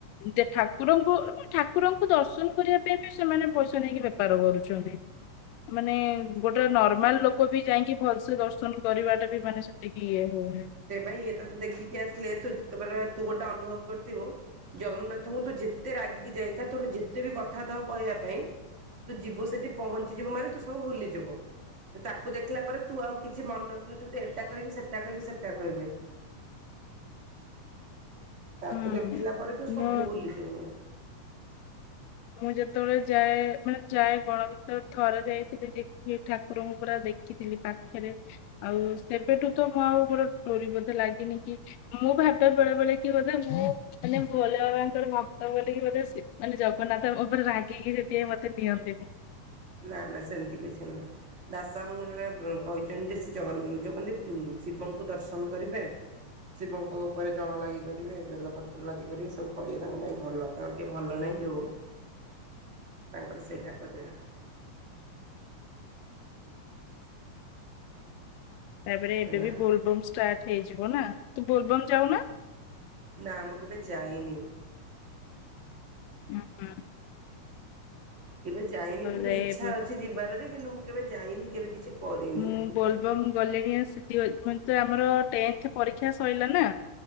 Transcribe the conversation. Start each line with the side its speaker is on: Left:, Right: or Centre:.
Left: ଦେ ଠାକୁରଙ୍କୁ ଥା କୁରଙ୍କୁ ଦର୍ଶନ କରିବା ପାଇଁ ବି ସେମାନେ ପଇସା ନେଇକି ବେପାର କରୁଛନ୍ତି। ମାନେ ଗୋଟେ ନର୍ମାଲ ଲୋକ ବି ଯାଇକି ଭଲ ସେେ ଦର୍ଶନ କରିବାଟା ବି ମାନେ ସେତିକି ଇଏ ହଉ।
Right: ସେ ପାଇଁ ଇଏ ତ ଦେଖିକି ଆସିଲେ ତୁ ତୁ ଗୋଟେ ଅନୁଭବ କରିଥିବୁ ଜଗନ୍ନାଥଙ୍କୁ ତୁ ଯେତେ ରାଗିକି ଯାଇଥା ତୋର ଯେତେ ବି କଥା ଥାଉ କହିବା ପାଇଁ ତୁ ଯିବୁ ସେଠି ପହଞ୍ଚିଯିବୁ ମାନେ ତୁ ସବୁ ଭୁଲିଯିବୁ। ତ ତାକୁ ଦେଖିଲା ପରେ ତୁ ଆଉ କିଛି ମନ ବିଉନ ଥିବୁ ଏଟା କହିବି ସେଟା କହିବି ସେଟା କହିବି। ତାକୁ
Left: ହୁଁ
Right: ଦେଖିଲା ପରେ ତୁ ସବୁ
Left: ମୁଁ
Right: ଭୁଲିଯିବୁ।
Left: ମୁଁ ଯେତେବେଳେ ଯାଏ ମାନେ ଯାଏ ଗଣ ଭିତ ଥରେ ଯାଇଥିଲି ଦେଖି ଠାକୁରଙ୍କୁ ପୁରା ଦେଖିଥିଲି। ପାଖରେ ଆଉ ସେବେଠୁ ତ ମୁଁ ଆଉ ଘୋର ଟୋରି ବୋଧେ ଲାଗିନି କି ମୁଁ ଭାବିବା ବେଳେ ବେଳେ କି ବୋଧେ ମୁଁ ମାନେ ଭଲ ବାବାଙ୍କର ଭକ୍ତ ବୋଲିିକି ବେଧେ ଶି ମାନେ ଜ ଗନ୍ନାଥ ମୋ ଉପରେ ରାଗିକି ସେତିପାଇ ମତେ ନିଅନ୍ତିନି।
Right: ନା ନା ସେମିତି କିଛି ନୁହେଁ। ଦାସବାବୁ ଙ୍କୁ ଜଣେ କହିଛନ୍ତି ଯେ- ଯୋଉ କଣତି ଶିବଙ୍କୁ ଦର୍ଶନ କରିବେ। ଶିବଙ୍କ ଉପରେ ଜଳ ଲାଗି କରିବେ, ବେଲପତ୍ର ଲାଗି କରିବେ, ସବୁ କରିବେ ତାଙ୍କ ପାଇଁ ଭଲ। <unintelligible> ତାଙ୍କର ସେଇଟା କରିବା।
Left: ତାପରେ ଏବେ
Right: ଏଇଆ
Left: ବି ବୋଲବମ୍ ଷ୍ଟାର୍ଟ ହେଇଯିବ ନା, ତୁ ବୋଲବମ ଯାଉନା?
Right: ନାଁ, ମୁଁ କେବେ ଯାଇନି।
Left: ହୁଁ ହୁଁ
Right: କେବେ ଯାଇନି, କିନ୍ତୁ
Left: ଯାଏ
Right: ଇଛା
Left: ଏବେ
Right: ଅଛି ଯିବାର ଯେ -କିନ୍ତୁ ମୁଁ କେବେ ଯାଇନି, କେବେ କିଛି କରିନି
Left: ମୁଁ
Right: ବୁଝିଲ।
Left: ବୋଲବମ୍ ଗଲିଣି ଆସି ଆମର ଟେନ୍ଥ ପରୀକ୍ଷା ସଇଲା ନା,